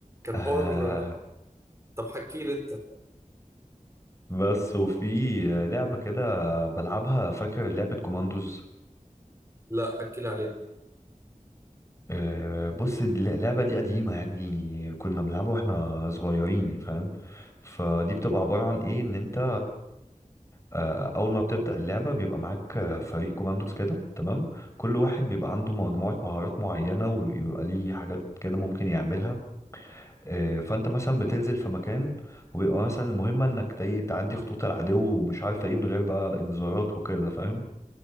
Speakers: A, on the left (about 20°); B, on the right (about 20°).
A: <laughs>
B: حوار <laughs> طب حكي لي انت
A: بس وفي لعبة كده بلعبها فاكر لعبة كوماندوز
B: لا حكي لي عليه
A: آه، بص الل- اللعبة دي قديمة يعني كنا بنلعبها واحنا صغيرين فاهم فدي بتبقى عبارة عن ايه ان انت آه، اول ما بتبدا اللعبه بيبقى معاك آه، فريق كوماندوز كده تمام كل واحد بيبقى عنده مجموعه مهارات معينه وبيبقى ليه حاجات كده ممكن يعملها آه، فانت مثلا بتنزل في مكان وبيبقى مثلا المهمه انك تي- تعدي خطوط العدو ومش عارف ايه من غير بقى انذارات وكده فاهم